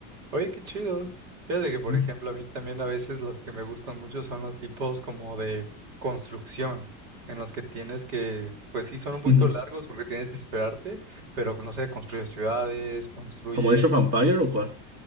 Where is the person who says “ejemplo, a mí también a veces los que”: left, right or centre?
Right